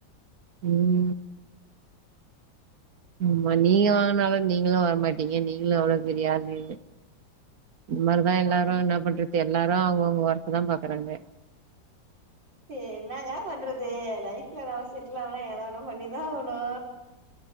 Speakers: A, on the right; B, on the right.
A: ம் ஆமா நீங்க வாங்குனாலும் நீங்களு வரமாட்டீங்க நீங்களு அவ்ளோ பெரிய ஆளு இது மாரிதா எல்லாரு
B: நா
A: என்ன பண்றது எல்லாரு அவுங்கவுங்க ஒர்க்குதா பாக்குறாங்க
B: என்னங்க பண்றது லைஃப்ல நம்ம செட்லு ஆவனா எதா வேணா பண்ணிதா ஆகணு